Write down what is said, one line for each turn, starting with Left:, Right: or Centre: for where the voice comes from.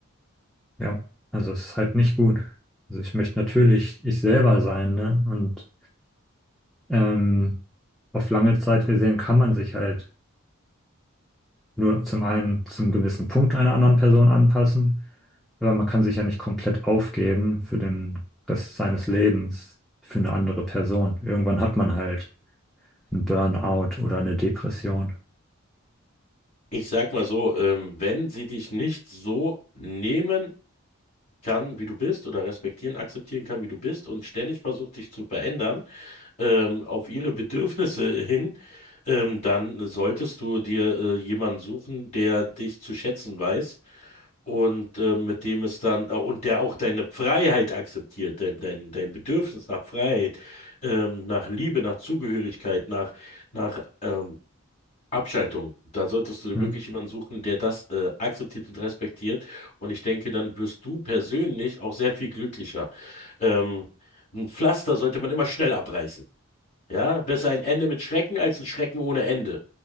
Centre: ja. Also es ist halt nicht gut. Also ich möchte natürlich ich selber sein, ne? Und ähm, auf lange Zeit gesehen kann man sich halt nur zum einen zum gewissen Punkt einer anderen Person anpassen, aber man kann sich ja nicht komplett aufgeben für den Rest seines Lebens für eine andere Person. Irgendwann hat man halt einen Burnout oder eine Depression.
Left: Ich sag mal so, ähm, wenn sie dich nicht so nehmen kann, wie du bist oder respektieren, akzeptieren kann, wie du bist und ständig versucht, dich zu verändern, ähm, auf ihre Bedürfnisse hin, ähm, dann solltest du dir äh, jemanden suchen, der dich zu schätzen weiß und äh, mit dem es dann äh, und der auch deine Freiheit akzeptiert, dein, dein, dein Bedürfnis nach Freiheit, ähm, nach Liebe, nach Zugehörigkeit, nach, nach ähm, Abschaltung. Da solltest du dir
Centre: Ja,
Left: wirklich jemanden suchen, der das äh, akzeptiert und respektiert. Und ich denke, dann wirst du persönlich auch sehr viel glücklicher. Ähm, ein Pflaster sollte man immer schnell abreißen. Ja, besser ein Ende mit Schrecken als ein Schrecken ohne Ende.